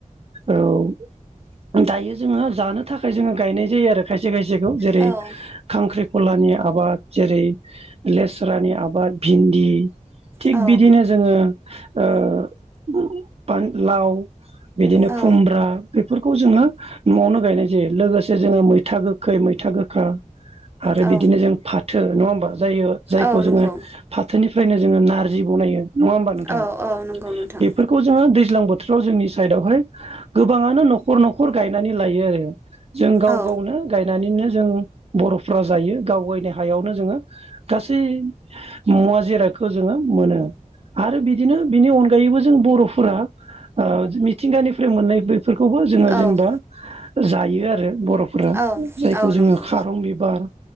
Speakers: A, on the right; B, on the right.
A: औ दायो जोङो जानो थाखाय जोङो गायनाय जायो आरो खायसे खायसे खौ जेरै
B: औ
A: खांख्रि खलानि आबाद जेरै लेस्रानि आबाद भिन्दि। थिग
B: औ
A: बिदिनो जोङो ओ फान लाव। बिदिनो
B: औ
A: खुमब्रा बेफोरखौ जोङो नआवनो गायनाय जायो लोगोसे जोङो मैथा गोखै मै था गोखा आरो
B: औ
A: बिदिनो जों फाथो नङा होमबा जायो जायखौ
B: औ
A: जोङो
B: नंगौ
A: फाथोनिफ्रायनो। जोङो नारजि बनायो नङा होनबा नोंथां
B: औ औ नंगौ नोंथां
A: बेफोरखौ जोङो दै ज्लां बोथोराव जोंनि साइदावहाय गोबांआनो नखर नखर गायनानै लायो आरो। जों गाव
B: औ
A: गावनो गायनानैनो। जों बरफ्रा जायो गावगायनि हायावनो जोङो गासै मुवा जिरा खो जोङो मोनो आरो बिदिनो बिनि अनगायैबो जों बर'फोरा। ओ मिथिंगानिफ्राय मोननाय बेफोरखौबो जोङो
B: औ
A: जेनेबा जायो आरो। बर'फोरा
B: औ
A: जायखौ
B: औ
A: जोङो
B: नंगौ
A: खारं बिबार